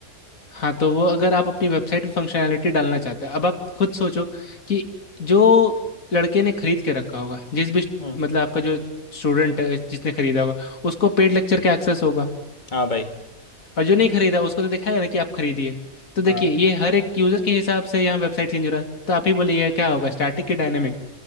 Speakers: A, on the left; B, on the left.
A: हाँ तो वो अगर आप अपनी वेबसाइट पे फंक्शनैलिटी डालना चाहते हैं अब आप खुद सोचो कि जो लड़के ने खरीद के रखा होगा जिस भी
B: हम्म,
A: मतलब आपका जो स्टूडेंट है जिसने खरीदा होगा उसको पेड लेक्चर का एक्सेस होगा
B: हाँ भाई
A: और जो नहीं खरीदा उसको तो दिखाएगा ना कि आप खरीदिए तो देखिए
B: हाँ
A: ये हर एक यूजर के हिसाब से यहाँ वेबसाइट चेंज हो रहा है तो आप ही बोलिए ये क्या होगा स्टैटिक की डायनेमिक